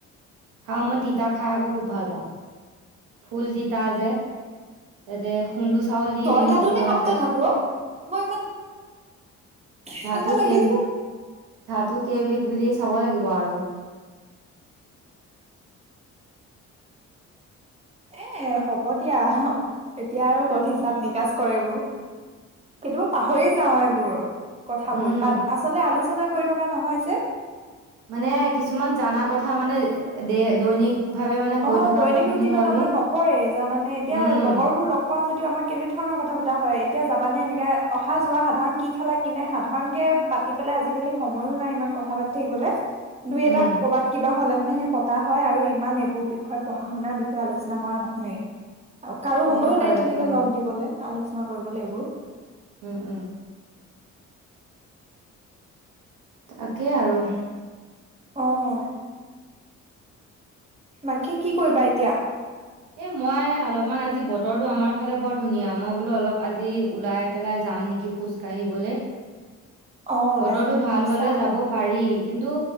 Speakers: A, on the right; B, on the right.
A: খাওঁ মই তিতা খাই আকৌ খুব ভাল পাওঁ। ফুল তিতা যে তাতে, খুন্দো চাউল দি
B: তই
A: এনেকে
B: ধাতো
A: বনোৱা
B: নে সপ্ত
A: যায়।
B: ধাতো অ', মই ইমান কেনেকুৱা
A: ধাতু
B: লাগিছে।
A: কেইবিধ ধাতু কেইবিধ বুলি চাব লাগিব আৰু। <inaudible>
B: এ, ' হ'ব দিয়া। এতিয়া আৰু ক'ত হিচাপ- নিকাচ কৰেবোৰ। কেতিয়াবা পাহৰি যাও এইবোৰ। কথাবোৰ
A: উম।
B: পাত আচলতে আলোচনা কৰি থ, থকা নহয় যে,
A: মানে কিছুমান জানা কথা মানে দে, দৈনিক, ভাৱে মানে কৈ
B: অ',
A: থকা
B: দৈনিক
A: কথাখিনিও
B: ৰুটিনত
A: আমি
B: আমাৰ নপৰে জানানে, এতিয়া
A: উম
B: লগৰবোৰ লগ পাও যদিও আমাৰ কেনে ধৰণৰ কথা পতা হয়। এতিয়া যাবা নে, এনেকে অহা যোৱা সাধাৰণ কি খালা কিনে সাধাৰণ কে পাতি পেলাই আজিকালি সময়ো নাই ইমান কথা পাতি থাকিবলে। দুই
A: উম
B: এটা কৰ'বাত কিবা, হ'লে মানে হে, পতা হয় আৰু ইমান এইবোৰ, বিষয়ে পঢ়া- শুনাৰ বিষয়ে আলোচনা কৰা নহয়েই। আৰু কাৰো
A: হয়
B: সময়ো
A: বাৰু
B: নাই
A: এইটো
B: তেনেকে
A: হয়
B: লগ দিবলে। আলোচনা কৰিবলৈ এইবোৰ।
A: উম- উম, তাকেই আৰু।
B: অহ্ বাকী কি কৰিবা এতিয়া?
A: এ, মই অলপমান আজি বতৰটো আমাৰ ফালে বৰ ধুনীয়া মই বোলো অলপ আজি ওলাই পেলাই যাম নেকি খোজ কাঢ়িবলে।
B: অ' ওলাই
A: বতৰটো
B: যাম বুলি
A: ভাল
B: ভাবিছা
A: হলে যাব পাৰি কিন্তু,